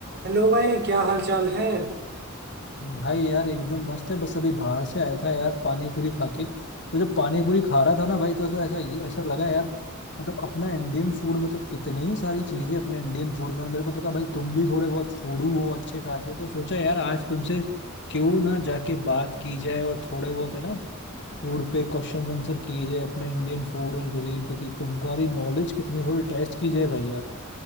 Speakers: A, on the right (about 50°); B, on the left (about 60°).
A: हेलो भाई क्या हाल चाल है
B: भाई यार एकदम मस्त है बस अभी बाहर से आया था यार पानी पूरी खा के तो जब पानी पूरी खा रहा था ना भाई तो, तो ऐसा ऐसा लगा यार मतलब अपना इंडियन फूड मतलब कितनी ही सारी चीजें अपने इंडियन फूड में और मेरे को पता भाई तुम भी थोड़े बहुत फूडू हो अच्छे खासे तो सोचा यार आज तुमसे क्यों ना जाके बात की जाए और थोड़े बहुत है ना फूड पे क्वेश्चन आंसर किए जाए अपने इंडियन फूड एंड कुजीन पे कि तुम्हारी नॉलेज कितनी थोड़ी टेस्ट की जाए भाई यार